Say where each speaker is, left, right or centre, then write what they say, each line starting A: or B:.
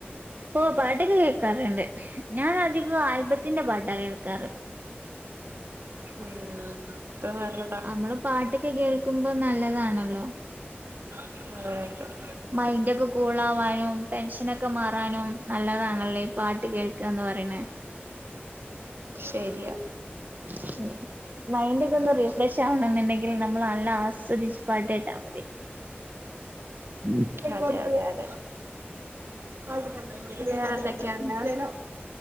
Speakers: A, on the right (about 45°); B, on the right (about 70°).
A: ഓ പാട്ടൊക്കെ കേൾക്കാറുണ്ട്. ഞാൻ അധികോ ആൽബത്തിന്റെ പാട്ടാ കേൾക്കാറ്.
B: <unintelligible> ഇത്ര നേരം
A: നമ്മള് പാട്ട്ക്കെ കേൾക്കുമ്പോ നല്ലതാണല്ലോ.
B: <unintelligible>
A: മൈൻറ്റൊക്കെ കൂളാവാനും ടെൻഷനൊക്കെ മാറ്റ് റാനും നല്ലതാണല്ലേ ഈ പാട്ട് കേൾക്കാന്ന് പറയണേ.
B: ശരിയാ.
A: <inaudible> മൈൻഡ് ഒക്കെ ഒന്ന് റീഫ്രഷ് ആവണന്നുണ്ടെങ്കിൽ നമ്മള് നല്ല ആസ്വദിച്ച് പാട്ട് കേട്ടാ മതി. മ്മ്
B: അതെ അതെ അതെ ആയ്ക്കോട്ടെ അങ്ങട്ട് വിളിക്കാം വേറെ എന്തെക്കെ ഉണ്ട്..